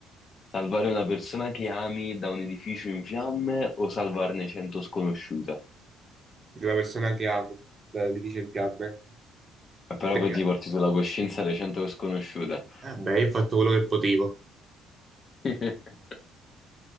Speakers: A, on the left; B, on the right.
A: Salvare una persona che ami da un edificio in fiamme o salvarne 100 sconosciute?
B: una persona che amo, da- di dice in fiamme.
A: Eh, Però
B: Frega.
A: poi ti porti sulla coscienza le 100 sconosciute.
B: Vabbè, io ho fatto quello che potevo.
A: <laughs>